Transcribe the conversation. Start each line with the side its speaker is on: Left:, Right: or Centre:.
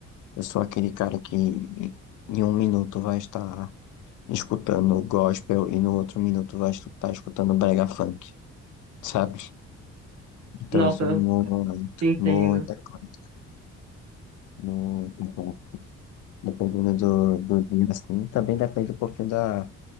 Left: Eu sou aquele cara que em um minuto vai estar escutando gospel e no outro minuto vai estar escutando brega funk, sabe? Então
Right: Nossa,
Left: eu sou
Right: eu
Left: muito,
Right: te entendo.
Left: muita coisa, muito bom. Dependendo do, do dia, assim, também depende um pouquinho da,